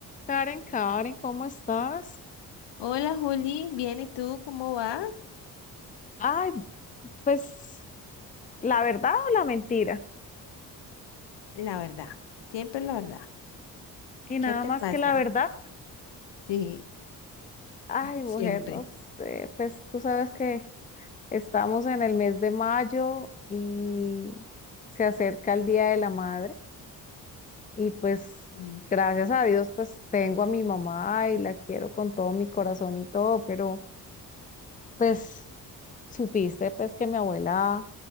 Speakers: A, on the left; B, on the left.
A: Karen, Karen, ¿cómo estás?
B: Hola Juli, bien, ¿y tú cómo vas?
A: Ay, pues la verdad o la mentira.
B: La verdad, siempre la verdad.
A: Y nada
B: ¿Qué te
A: más
B: pasa?
A: que la verdad.
B: Sí,
A: Ay, mujer,
B: siempre.
A: no sé, pues tú sabes que estamos en el mes de mayo y se acerca el Día de la Madre y pues
B: Mm.
A: gracias a Dios pues tengo a mi mamá y la quiero con todo mi corazón y todo, pero pues supiste pues que mi abuela